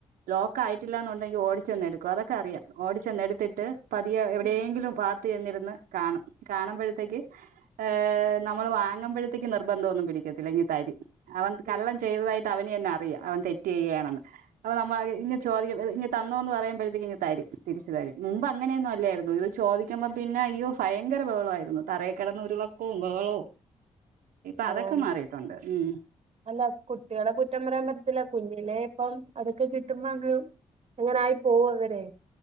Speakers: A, on the right (about 80°); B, on the right (about 50°).
A: ലോക്കായിട്ടില്ലാന്നുണ്ടെങ്കി ഓടിച്ചെന്ന്ടുക്കും. അതക്ക അറിയാം ഓടി ചെന്നെടുത്തിട്ട് പതിയെ എവിടെയെങ്കിലും
B: ഉം
A: പാ പാത്ത് ചെന്നിരുന്ന് കാണും കാണുമ്പഴ്ത്തക്ക് ഏഹ് നമ്മൾ വാങ്ങുമ്പഴത്തേക്ക് നിർബന്ധം ഒന്നും പിടിക്കത്തില്ല ഇങ്ങ് തരും അവൻ കള്ളം
B: ഉം
A: ചെയ്തതായിട്ട് അവന് തന്ന അറിയാം അവൻ തെറ്റ് ചെയ്യേണെന്ന് അപ്പൊ നമ്മ ഇ ചോദിക്ക ഇങ് തന്നോ എന്ന് പറയുമ്പഴത്തക്ക് ഇങ് തരും. തിരിച്ചു തരും. മുമ്പ് അങ്ങനേന്നും അല്ലായിരുന്നു ഇത് ചോദി ചോദിക്കുമ്പ പിന്നെ അയ്യോ ഭയങ്കര ബഹളയിരുന്നു തറയി കിടന്ന് ഉരുളക്കവും ബഹളവും ഇപ്പ
B: ആഹ്
A: അതക്കെ മാറീട്ടൊണ്ട് ഉം
B: അല്ല കുട്ടികളെ കുറ്റം പറയാൻ പറ്റത്തില്ല കുഞ്ഞിലേ ഇപ്പം അതൊക്കെ കിട്ടുമ്പ അങ്ങ് അങ്ങനായി പോവും അവരെ